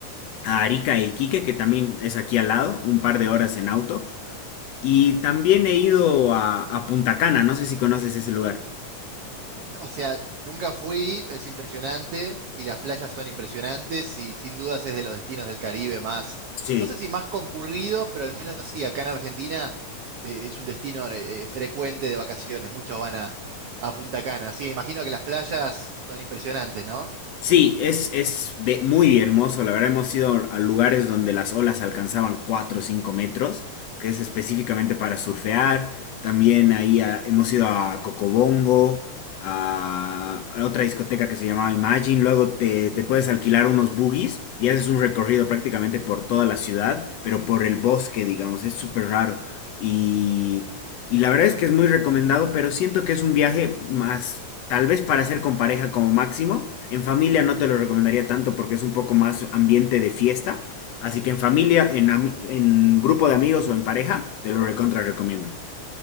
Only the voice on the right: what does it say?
O sea, nunca fui, es impresionante. Si las playas son impresionantes, y sin dudas es de los destinos del Caribe más,
no sé si más concurridos, pero al menos sí, acá en Argentina eh, es un destino eh, frecuente de vacaciones. Muchos van a, a Punta Cana. Sí, imagino que las playas son impresionantes, ¿no?